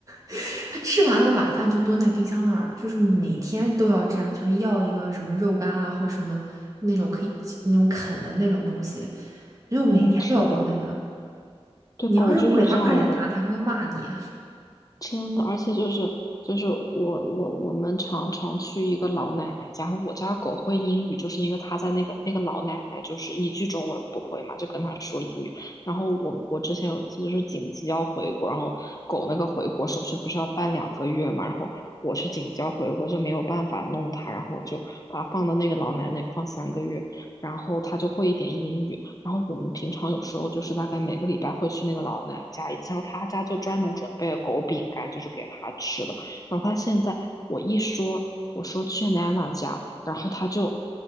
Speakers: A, on the right (about 30°); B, on the left (about 35°).
A: <laughs> 它吃完了晚饭就蹲在冰箱那儿，就是每天都要这样，就是要一个什么肉干啊，或者什么那种可以那种啃的那种东西，就每天都要蹲在那儿。
B: 嗯，是的，对，
A: 你要是不给它快点拿，
B: 狗就是这样的。
A: 它会骂你。
B: 真的，而且就是就是我我我们常常去一个老奶奶家，然后我家狗会英语，就是因为它在那个那个老奶奶就是一句中文不会嘛，就跟她说英语。然后我我之前有一次就是紧急要回国，然后狗那个回国手续不是要办两个月嘛，然后我是紧急要回国就没有办法弄它，然后就把它放到那个老奶奶放三个月，然后它就会一点英语。然后我们平常有时候就是大概每个礼拜会去那个老奶奶家一次，然后她家就专门准备了狗饼干，就是给她吃的。然后她现在我一说我说去娜娜家，然后她就